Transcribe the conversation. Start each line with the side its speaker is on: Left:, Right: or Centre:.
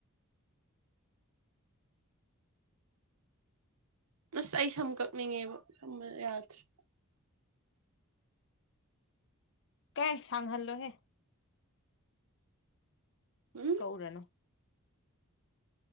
Right: ꯑꯁ ꯑꯩ ꯁꯝ ꯀꯛꯅꯤꯡꯉꯦꯕꯣ ꯁꯝꯕ ꯌꯥꯗ꯭ꯔꯦ
Left: ꯀ ꯁꯥꯡꯒꯜꯂꯣ ꯍꯦ
Right: ꯎꯝ
Left: ꯀꯛꯑꯨꯔꯅꯨ